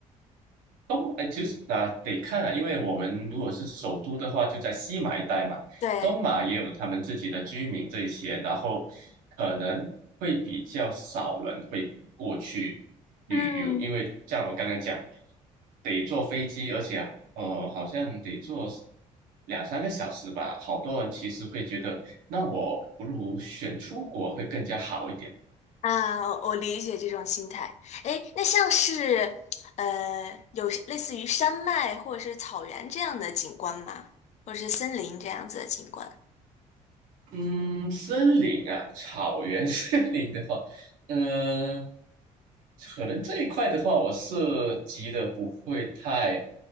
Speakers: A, on the right (about 80°); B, on the left (about 55°).
A: 东，哎，其实啊，得看啊，因为我们如果是首都的话，就在西马一带嘛，
B: 对，
A: 东马也有他们自己的居民这一些，然后可能会比较少人会过去旅游，
B: 嗯，
A: 因为像我刚刚讲，得坐飞机，而且呃，好像得坐两三个小时吧，好多人其实会觉得，那我不如选出国会更加好一点。
B: 啊，我我理解这种心态。哎，那像是，呃，有类似于山脉或者是草原这样的景观吗？或者是森林这样子的景观？
A: 嗯，森林啊，草原 <laughs> 森林的话，嗯、可能这一块的话，我涉及的不会太